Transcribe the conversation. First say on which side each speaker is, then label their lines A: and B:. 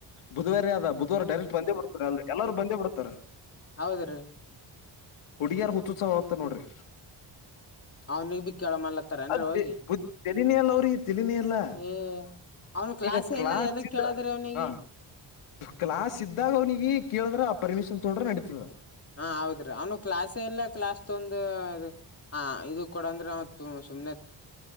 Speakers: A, on the left; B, on the left.
A: ಬುಧವಾರೇ ಅದ ಬುಧವಾರ ಡೈರೆಕ್ಟ್ ಬಂದೇ ಬಿತಾರೆ ಅ ಎಲ್ಲರೂ ಬಂದೇ ಬಿಡ್ತಾರ
B: ಹೌದ ರೀ
A: ಹುಡಿಯಾರ್ ಹು ುತ್ಸ ಆಂತ ನೋಡ್ರಿ
B: ಅವ್ನಿಗ್ ಬಿ ಕೇಳಮಲ್ಲತ್ತಾರನ್ರಿ
A: ಅದ
B: ಹೋಗಿ
A: ತಲನಿ ಅಲ್ಲ ಅವ್ರಿಗೆ ತಲನಿ ಎಲ್ಲ
B: ಏ ಅವ್ನು ಕ್ಲಾಸೇ
A: ಈಗ ಕ್ಲಾಸ್
B: ಎಲ್ಲ ಎದಕ್
A: ಇದ್ರ
B: ಕೇಳದ್ರಿ ಅವ್ನಿಗೆ
A: ಹ ಕ್ಲಾಸ್ ಇದ್ದಾಗ ಅವನಿಗೆ ಕೇಳಿದ್ರ ಪರ್ಮಿಷನ್ ತೊಂದ್ರೆ ನಡೀತೀವಿ
B: ಹಾ ಹೌದ್ರಿ ಅವ್ನು ಕ್ಲಾಸ್ ಎಲ್ಲ ಕ್ಲಾಸ್ ತ ಒಂದು ಅದು ಹಾ ಇದು ಕೊಡ ಅಂದ್ರೆ ಅವತ್ ಸುಮನೆ